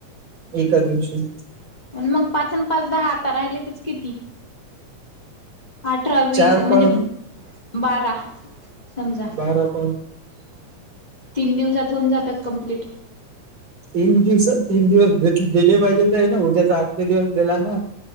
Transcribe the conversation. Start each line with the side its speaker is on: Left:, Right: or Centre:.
Right: एका दिवशी.
Left: पण मग पाचन पाच दहा आता राहिले तच किती? अठरा, वीस
Right: चार
Left: म्हणजे
Right: कॉल
Left: बारा समजा.
Right: बारा कॉल
Left: तीन दिवसात होऊन जातात कम्प्लीट.
Right: तीन दिवसात तीन दिवस दिले पाहिजे तर ना उद्याचा आठले दिवस दिला ना.